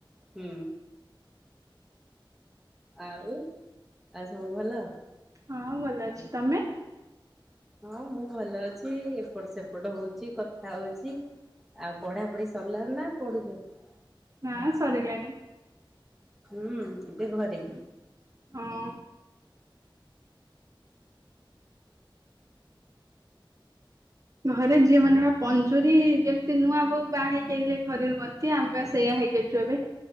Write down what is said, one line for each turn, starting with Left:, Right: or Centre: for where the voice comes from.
Centre: ହୁଁ। ଆଉ- ଆଉ ସବୁ ଭଲ।
Right: ହଁ ଭଲ ଅଛି ତମେ?
Centre: ହଁ ମୁଁ ଭଲ ଅଛି। ଏପଟ ସେପଟ ହଉଛି କଥା ହଉଛି ଆଉ ପଢା ପଢି ସରିଲା ନା ପଢୁଛନ୍ତି।
Right: ନାଁ ସରିଗଲାଣିି।
Centre: ହୁଁ, ଏବେ ଘରେ।
Right: ହଁ- ଘରେ ଝିଅ ମାନେ ବା ପଞ୍ଚୁରୀ ଯେମିତି ନୂଆ ବୋଉ ବାହା ହେଇକ ଆଇଲେ ଘରେ ରୁହନ୍ତି ଆମେ ସେଇଆ ହେଇଯାଇଛୁ ଏବେ।